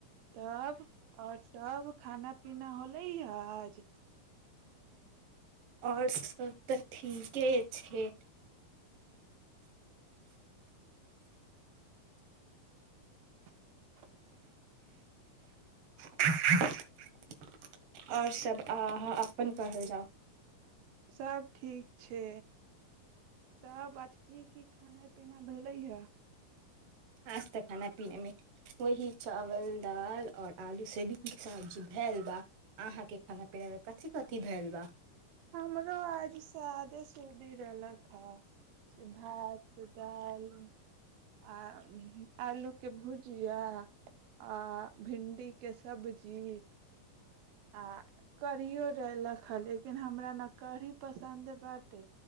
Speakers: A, on the right; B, on the right.
A: तब आओर सब खाना पीना होले हज
B: आओठ स्तर ठीकीके छे
A: ह
B: <unintelligible> आओर सभ अ अपन कहल जाउ
A: सब ठीक छै तब आज की की खाना पीना भेलै हे
B: आज तक खाना पीनेमे वही चावल दालि आओर आलू से भी सब्जी भेल बा अहाँके खाना पीनामे कथिी कथि भेल बा
A: हमरो आज सादे सूदी रहलक हे से भात दालि आ आलूके भुजिया आ भिं्डीके सब्जी आ कढ़ियओ रहलेलक हे लेकिन हमरा ने कढ़ी पसन्द बाटे